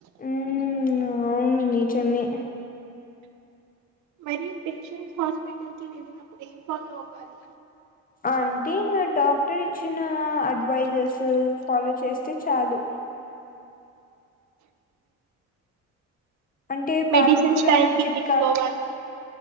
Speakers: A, on the left; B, on the right.
A: ఉహ్ అవును నిజమే
B: మరి పేషెంట్స్ హాస్పిటల్కి వెళ్ళినప్పుడు ఏం ఫాలో అవ్వాలి
A: అంటే ఇంకా డాక్టర్ ఇచ్చిన అడ్వైజెస్ ఫాలో చేస్తే చాలు అంటే
B: మెడిసిన్స్
A: పాత పురాణం
B: టైం కి
A: చిట్క
B: తీసుకోవాలి